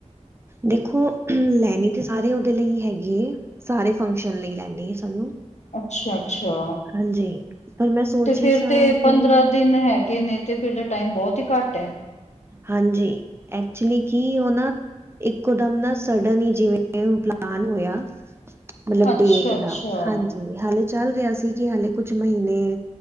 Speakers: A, on the right; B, on the left.
A: ਦੇਖੋ ਲੈਣੀ ਤੇ ਸਾਰੇ ਉਹਦੇ ਲਈ ਹੈਗੇ ਹੈ। ਸਾਰੇ ਫੰਕਸ਼ਨ ਲਈ ਲੈਂਦੇ ਆ ਸਾਨੂੰ
B: ਅੱਛਾ ਅੱਛਾ
A: ਹਾਂਜੀ, ਪਰ ਮੈਂ ਸੋਚ
B: ਤੇ
A: ਰਹੀ
B: ਫੇਿਰ
A: ਸਾਂ
B: ਤੇ
A: ਕਿ
B: ਪੰਦਰਾਂ ਦਿਨ ਹੈਗੇ ਨੇ ਤੇ ਫਿਰ ਟਾਈਮ ਬਹੁਤ ਹੀ ਘੱਟ ਹੈ।
A: ਹਾਂਜੀ ਐਕਚੁਲੀ ਕੀ ਹੋ ਨਾ ਇੱਕੋ ਦਮ ਨਾ ਸਡਨ ਹੀ ਜਿਵੇਂ ਪਲਾਨ ਹੋਇਆ। ਮਤਲਬ
B: ਅੱਛਾ-ਅੱਛਾ,
A: ਡੇਟ ਦਾ ਹਾਂਜੀ ਹਾਲੇ ਚੱਲ ਰਿਹਾ ਸੀ ਕਿ ਹਾਲੇ ਕੁਛ ਮਹੀਨੇ